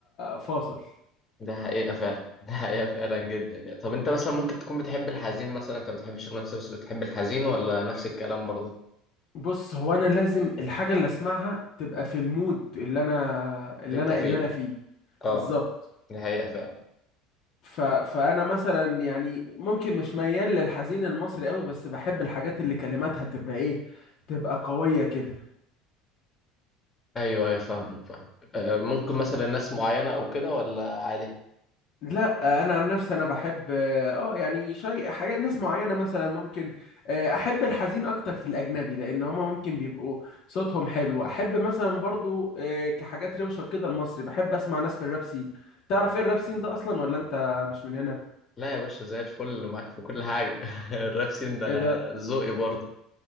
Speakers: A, on the left (about 55°); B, on the left (about 30°).
A: فاصل
B: ده حقيقه فعلا <laughs> ده حقيقه فعلا جدا يعني طب انت مثلا ممكن تكون بتحب الحزين مثلا انت ما بتحبش الرومانسي بس بتحب الحزين ولا نفس الكلام برضه
A: بص هو انا لازم الحاجه اللي اسمعها تبقى في المود اللي انا اللي
B: اللي انت
A: انا
B: فيه
A: اللي انا فيه
B: اه
A: بالظبط
B: ده حقيقه فعلا
A: ف... فانا مثلا يعني ممكن مش ميال للحزين المصري قوي بس بحب الحاجات اللي كلماتها تبقى ايه تبقى قوية كده
B: ايوه ايوه فاهمك فاهم آه ممكن مثلا ناس معينه او كده ولا عادي
A: لا انا عن نفسي انا بحب اه يعني شيء حاجات ناس معينه مثلا ممكن آه، احب الحزين اكتر في الاجنبي لان هما ممكن بيبقوا صوتهم حلو احب مثلا برضو آه، كحاجات روشه وكده المصري بحب اسمع ناس في الراب سين تعرف ايه الراب سين ده اصلا ولا انت مش من هنا
B: لا يا باشا زي الفل معاك في كل حاجه <laughs> الراب سين ده
A: ايه ده
B: ذوقي برضه